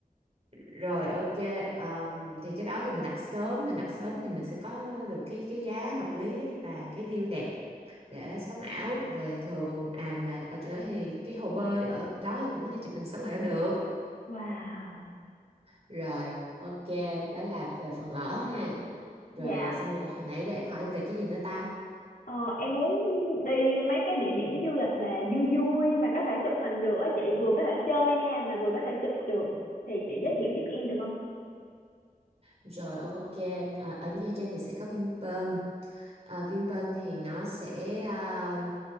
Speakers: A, on the right (about 40°); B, on the left (about 65°).
A: rồi ok ờm, thì cái đó thì mình đặt sớm mình đặt sớm thì mình sẽ có được cái cái giá hợp lý và cái view đẹp để sống ảo rồi thường à mà ở chỗ đó thì cái hồ bơi ở đó thì cũng có thể chụp hình sống ảo được
B: wow.
A: rồi, ok, đó là về phần ở ha. Rồi
B: Dạ.
A: xong rồi hồi nãy ra em hỏi về cái gì nữa ta?
B: Ờ, em muốn đi mấy cái địa điểm du lịch mà vui vui mà có thể chụp hình được á chị, vừa có thể chơi nha mà vừa có thể chụp được. Thì chị giới thiệu giúp em được không?
A: Rồi ok, ờ, ở Nha Trang thì sẽ có Vinpearl. Ờ, Vinpearl thì nó sẽ ờ,